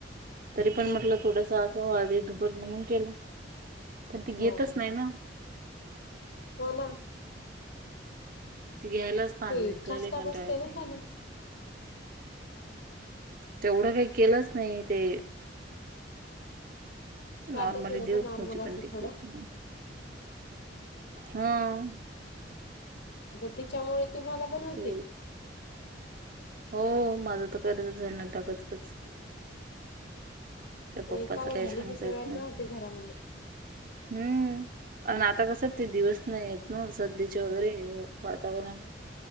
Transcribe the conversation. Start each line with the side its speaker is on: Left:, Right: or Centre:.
Right: तरी
Left: हो
Right: पण म्हटलं
Left: का?
Right: थोडस- हो आधी <unintelligible> म्हणून केलं. पण ती घेतच
Left: हो
Right: नाही ना..?
Left: हो ना
Right: ती घ्यायलाच <unintelligible>
Left: ते
Right: तिला
Left: ठसका
Right: लय कंटाळा
Left: बसते
Right: येतो.
Left: ना त्यानं.
Right: तेवढं काही केलंच नाही ते-
Left: साधं
Right: नॉर्मली
Left: केलं का
Right: देऊत
Left: नॉर्मल
Right: नची पण
Left: असं
Right: तत
Left: थोडं
Right: नाही. हम.
Left: आता त्याच्यामुळे तुम्हाला पण होते.
Right: ते हो माझं तर करताच राहीना डबा च कसं. त्या पप्पाच
Left: एकाला
Right: काय
Left: झाली
Right: सांगता
Left: की सगळ्यांना
Right: येते नाही
Left: होते घरामध्ये
Right: हुं. आणि आता कसं ते दिवस नाही येत ना सर्दिचे वगैरे वातावरण